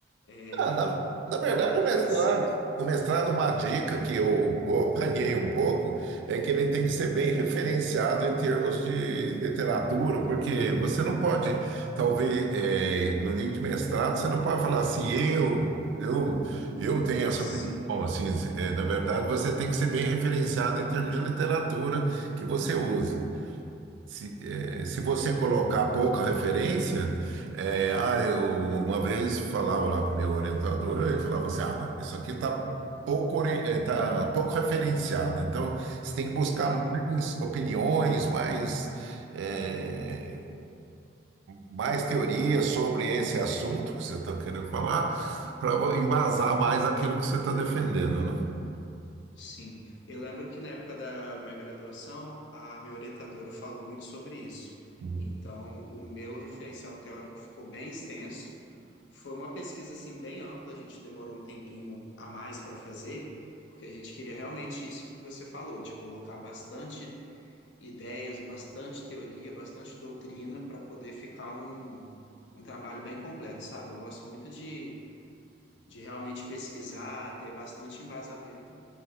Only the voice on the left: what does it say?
é,
colocar
assim?
Sim.
Aham,
sim. Eu lembro que na época da minha graduação, a minha orientadora falou muito sobre isso.
Então, o meu referencial teórico ficou bem extenso. Foi uma pesquisa assim bem ampla, a gente demorou um tempinho a mais para fazer, porque a gente queria realmente isso que você falou, de colocar bastante ideias, bastante teoria, bastante doutrina para poder ficar um, um trabalho bem completo, sabe? Eu gosto muito de, de realmente pesquisar, ter bastante embasamento.